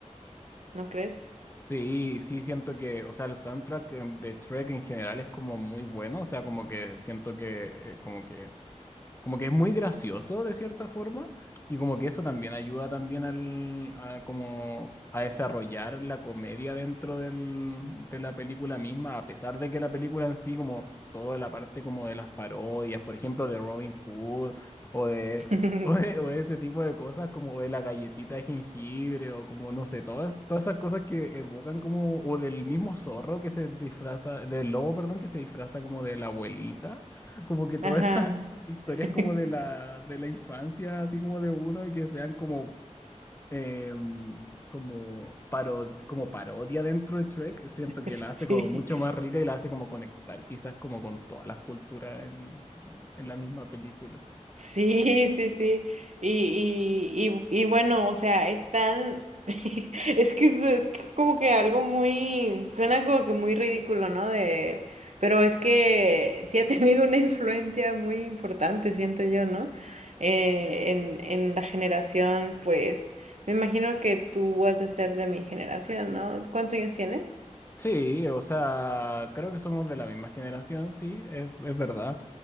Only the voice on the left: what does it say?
Sí, sí, siento que, o sea, el soundtrack em, de Shrek en general es como muy bueno, o sea, como que siento que, eh, como que Como que es muy gracioso de cierta forma y como que eso también ayuda también al, a, como a desarrollar la comedia dentro del, de la película misma, a pesar de que la película en sí, como toda la parte como de las parodias, por ejemplo, de Robin Hood o de,
<laughs> o de, o de ese tipo de cosas, como de la galletita de jengibre o como, no sé, todas, todas esas cosas que evocan como, o del mismo zorro que se disfraza, del lobo, perdón, que se disfraza como de la abuelita. Como que todas
esas historias
como de la, de la infancia, así como de uno, y que sean como, eh, como, paro- como parodia dentro de Trek, siento que
la hace como mucho más rica y la hace como conectar quizás como con todas las culturas en, en en la misma película.
Sí, o sea, creo que somos de la misma generación, sí, es, es verdad.